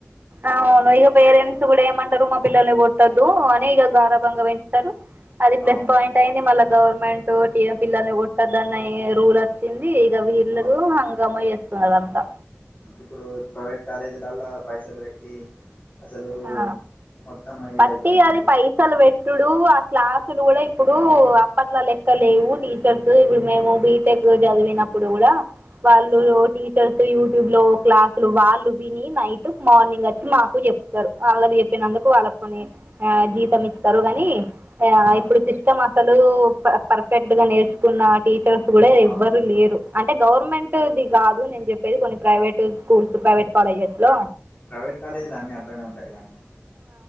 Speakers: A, on the right (about 45°); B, on the left (about 35°).
A: అవును ఇంకా పేరెంట్స్ కూడ ఏం అంట మా పిల్లల్ని కొట్టొద్దు అని ఇక గారభంగా పెంచుతారు. అది ప్లస్
B: అవును
A: పాయింట్ అయింది. మళ్ళా గవర్నమెంటు పిల్లల్ని కొట్టదునే రూల్ వచ్చింది. ఇక వీళ్లూరు
B: అవు
A: హంగామేస్తుంది వాళ్లంతా.
B: ఇప్పుడు ప్రైవేట్ కాలేజీలలో పైసలు పెట్టి అసలు
A: ఆ
B: మొత్తం ఇది
A: పట్టి
B: అయిపోయిందండి
A: అది పైసలు పెట్టుడు క్లాసులు కూడా ఇప్పుడు అప్పట్లా లెక్క లేవు టీచర్స్ ఇప్పుడు మేము బీటెక్ చదివిన ప్పుడు కూడా వాళ్ళు
B: ఆ
A: టీచర్స్ యూట్యూబ్ లో క్లాస్ అసలు వాళ్ళు విని నైట్ మార్నింగ్ వచ్చి మాకు చెప్ వాళ్ళు చెప్పినందుకు వాళ్ళ కు ఆ జీతం ఇస్తారు కాని
B: ఆ
A: ఇప్పుడు సిస్టమ్ అసలు పర్ఫెక్ట్ గా నేర్చుకున్న టీ కూడా ఎవ్వరు
B: అవును
A: లేరు అంటే గవర్నమెంటుది కాదు నేను చెప్పేది కొన్ని ప్రైవేట్ స్కూల్స్, ప్రైవేట్ కాలేజెస్ లో
B: ప్రైవేట్ కాలేజీలు అన్నీ అట్లనే ఉంటాయి కానీ